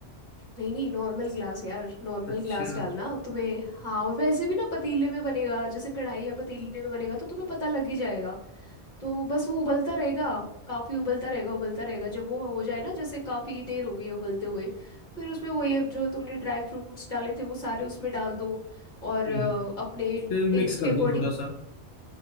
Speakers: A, on the left (about 45°); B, on the left (about 80°).
A: नहीं नहीं नॉर्मल ग्लास यार नॉर्मल
B: अच्छा
A: ग्लास डालना तुम्हें हाँ और वैसे भी ना पतीले में बनेगा जैसे कढ़ाई या पतीले में बनेगा तो तुम्हें पता लग ही जाएगा तो बस वो उबलता रहेगा काफी उबलता रहेगा उबलता रहेगा जब वो हो जाए ना जैसे काफी देर हो गई है उबलते हुए फिर उसमें वही अब जो तुमने ड्राई फ्रूट्स डाले थे वो सारे उसमें डाल दो और
B: हम्म,
A: अ, अपने
B: फिर
A: टेस्ट
B: मिक्स
A: के
B: कर
A: अकॉर्डिंग
B: दूं थोड़ा सा